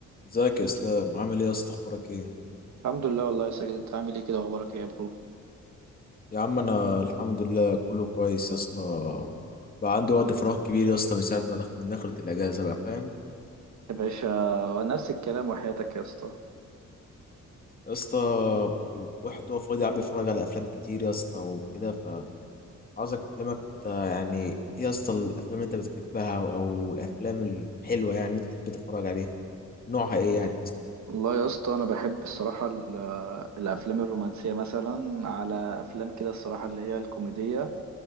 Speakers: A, on the left (about 30°); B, on the right (about 70°).
A: ازيك يا اسلام عامل ايه يا اسطى اخبارك ايه
B: الحمد لله والله يا ساجد انت عامل ايه كده اخبارك ايه يا برو
A: يا عم انا الحمد لله كله كويس يا اسطى بقى عندي وقت فراغ كبير يا اسطى من ساعه ما دخلت من دخلت الاجازه بقى فاهم
B: يا باشا ونفس الكلام وحياتك يا اسطى
A: يا اسطى واحد هو فاضي قاعد بيتفرج على افلام كتير يا اسطى وكده فعاوز اكلمك انت يعني ايه يا اسطى الافلام اللي انت بتحبها او أو الافلام الحلوه يعني اللي انت بتحب تتفرج عليها نوعها ايه يعني مثلا
B: والله يا اسطى انا بحب الصراحه ال- آه، الافلام الرومانسيه مثلا على افلام كده الصراحه اللي هي الكوميديه